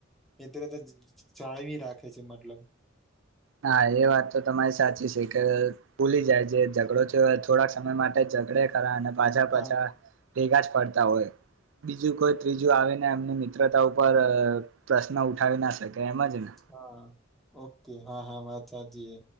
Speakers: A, in the centre; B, on the right.
A: નેતૃતા જાળવી રાખે છે મતલબ
B: હા એ વાત તો તમારી સાચી છે કે ભૂલી જાય જે ઝઘડો છે થોડાક સમય માટે ચા ગડે ખરા અને પાછા
A: હા
B: પાછા ભેગા જ પડતા હોય બીજું કોઈ ત્રીજું આવીને એમને મિત્રતા ઉપર પ્રશ્ન ઉઠાવી ના શક એમજ ને
A: હા ઓકે હા હા વાત હાચી છે